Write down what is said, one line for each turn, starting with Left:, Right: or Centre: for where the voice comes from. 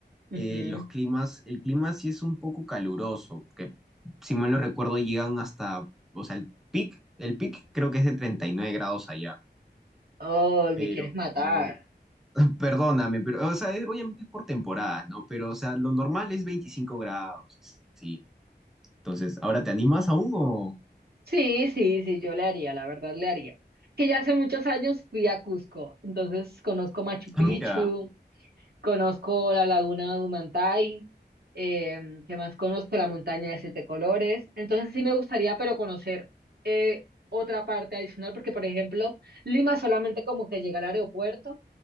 Right: Ujú.
Centre: eh, los climas, el clima sí es un poco caluroso, porque si mal no recuerdo llegan hasta, o sea, el pic, el pic creo que es de 39 grados allá,
Right: Ay,
Centre: pero...
Right: me quieres matar.
Centre: <laughs> Perdóname, pero, o sea, es- obviamente es por temporada, ¿no? Pero, o sea, lo normal es 25 grados, sí. Entonces, ¿ahora te animas aún o...?
Right: Sí, sí, sí, yo le haría, la verdad le haría. Que ya hace muchos años fui a Cusco, entonces conozco Machu Picchu,
Centre: Ah, mira,
Right: conozco la laguna de Humantay, eh, ¿qué más conozco? La montaña de siete colores. Entonces sí me gustaría, pero conocer eh, otra parte adicional, porque por ejemplo, Lima solamente como que llega al aeropuerto,